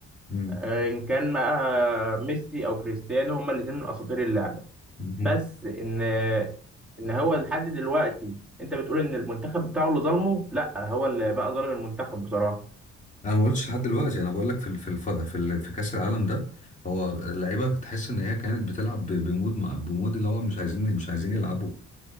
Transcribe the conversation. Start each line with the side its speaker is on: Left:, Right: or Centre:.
Left: مم.
Centre: ان كان بقى ميسي او كريستيانو هما الاثنين من اساطير اللعبه
Left: مهم.
Centre: بس ان ان هو لحد دلوقتي انت بتقول ان المنتخب بتاعه اللي ظلمه لا هو اللي بقى ظالم المنتخب بصراحه
Left: انا ما قلتش لحد دلوقتي انا بقول لك في ال- في الف... في ال... في كاس العالم ده هو اللعيبه تحس ان هي كانت بتلعب ب- بمود مع... بمود اللي هو مش عايزين مش عايزين يلعبوا